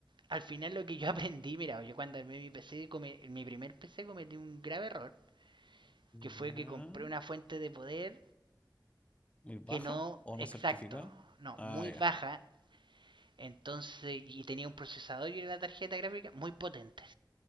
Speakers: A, on the right (about 80°); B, on the left (about 15°).
A: al final lo que yo <laughs> aprendí, mira, yo cuando armé mi PC, come- mi primer PC cometí un grave error, que
B: Ya.
A: fue que compré una fuente de poder
B: ¿Muy baja
A: que no
B: o
A: exacto,
B: no certificada?
A: no,
B: Ah,
A: muy baja,
B: ya.
A: entonces, y tenía un procesador y una tarjeta gráfica muy potentes.